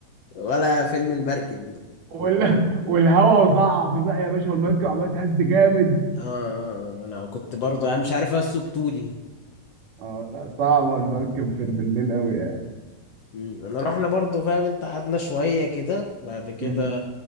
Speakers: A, on the left (about 60°); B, on the right (about 65°).
A: ولا فيلم المركب
B: وال... <laughs> والهواء صعب بقى يا باشا والمركب عماله تهز جامد
A: اه انا كنت برضو انا مش عارف اصله بطولي
B: اه لا صعب المركب في بالليل قوي يعني
A: مم، انا رحنا برضو فاهم انت قعدنا شوية كده بعد كده
B: مم.